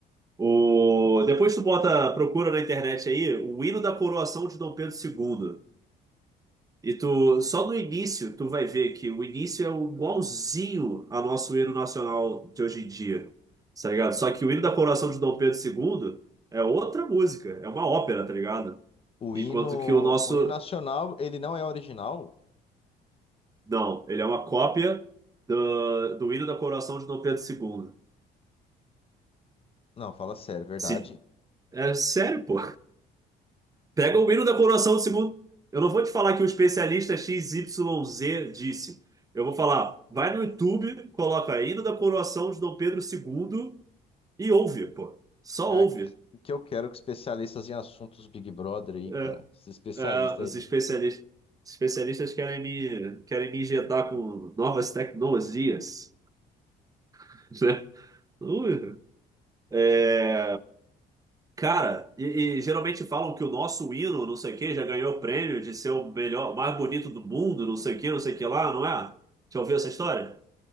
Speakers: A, on the right; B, on the left.
A: O, depois tu bota, procura na internet aí, o hino da coroação de Dom Pedro II. E tu, só no início, tu vai ver que o início é igualzinho ao nosso hino nacional de hoje em dia, tá ligado? Só que o hino da coroação de Dom Pedro II é outra música, é uma ópera, tá ligado?
B: O
A: Enquanto
B: hino,
A: que o nosso,
B: o hino nacional, ele não é original?
A: não, ele é uma cópia do, do hino da coroação de Dom Pedro II.
B: Não, fala sério, é verdade.
A: Se, é sério, pô. Pega o hino da coroação do segundo. Eu não vou te falar que o especialista X Y Z disse. Eu vou falar, vai no YouTube, coloca hino da coroação de Dom Pedro II e ouve, pô. Só
B: Ah,
A: ouve.
B: que, que eu quero que especialistas em assuntos Big Brother aí,
A: É,
B: cara. Esses especialistas
A: é, os
B: aí.
A: especialistas, especialistas querem me, querem me injetar com novas tecnologias, <laughs> né? Ui. É, Cara, e, e geralmente falam que o nosso hino, não sei o quê, já ganhou o prêmio de ser o melhor, o mais bonito do mundo, não sei o quê, não sei o que lá, não é? Já ouviu essa história?